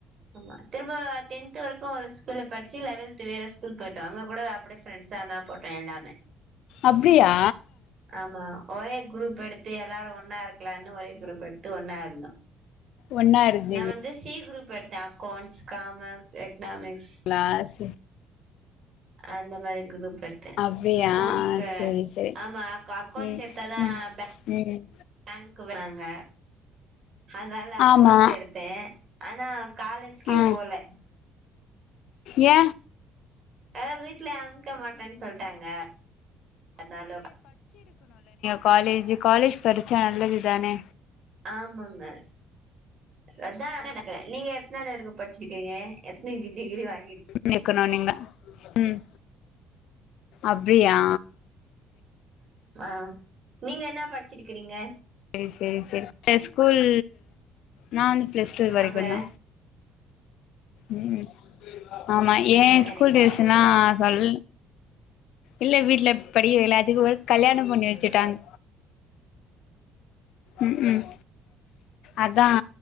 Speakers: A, on the right (about 35°); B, on the left (about 60°).
A: ஆமா திரும்ப டென்த் வரைக்கு ஒரு ஸ்கூல்ல படிச்சு லெவெல்த் வேற ஸ்கூல் போயிட்டோ அங்க கூட அப்ப ஃப்ரண்ட்ஸா தா போட்டோ எல்லாமே
B: அப்டியா
A: ஆமா ஒரே குரூப் எடுத்து எல்லாரு ஒன்னா இருக்கலான் ஒரே குரூப் எடுத்து ஒன்னா இருந்தோ
B: ஒன்னா இருந்தீங்களா
A: நா வந்து சி குரூப் எடுத்த. அக்கேண்ஸ் காமஸ் எக்னாமிக்ஸ்
B: க்ளாஸ்
A: அந்த மாரி குரூப் எடுத்தே
B: அப்டியா
A: க்கோண்ஸ் க
B: சரி சரி
A: ஆமா அப்ப அக்கோண்ஸ்
B: ம்
A: எடுத்தாதா
B: ம்
A: பேங்
B: ம்
A: பேங்க் கூப்றாங்க அதனால அக்கோன்ஸ்
B: ஆமா
A: எடுத்தே ஆனா காலேஜ்க்கே
B: ஆ
A: போல
B: ஏ
A: ஏதா வித் வீட்ல அமய்க்க மாட்டே சொல்ட்டாங்க அதானால போ.
B: காலேஜ் காலேஜ் படிச்ச நல்லது தானே
A: ஆமாங்க அதா <unintelligible> நீங்க எத்தனவதுவரிக்கு படிச்சிருகீங்க எத்தனே டிகிரி வாங்
B: உ இருக்கணு நீங்க ம் அப்டியியா
A: ஆ நீங்க என்ன படிச்சிருகிங்க
B: செரி செரி செரி இந்த ஸ்கூல் நா வந் ப்ளேஸ்டு வரைகுத
A: அப்ப
B: ம் ம் ஆமா ஏ
A: சரிங்க
B: ஸ்கூல் டேஸ்சுன்னா சொல் இல்ல வீட்டுல படி வேல அதிக கல்யாண பண்ணி வச்சுட்டாங்க ம் ம் அதா